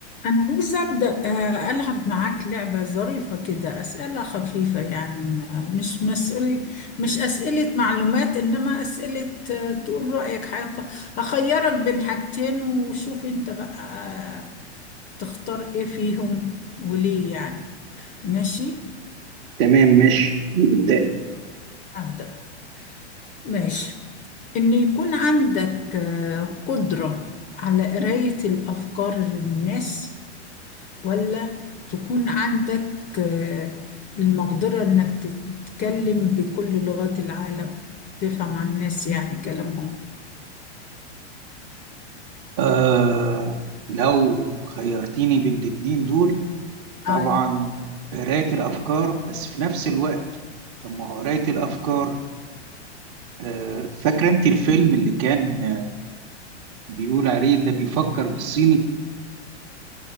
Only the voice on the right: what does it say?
تمام ماشي ابدأي
آه لو خيرتيني بين الاتنين دول طبعا
قراية الأفكار بس في نفس الوقت طب ما هو قراية الأفكار آه فاكرة أنت الفيلم اللي كان آه، بيقول عليه ده بيفكر بالصيني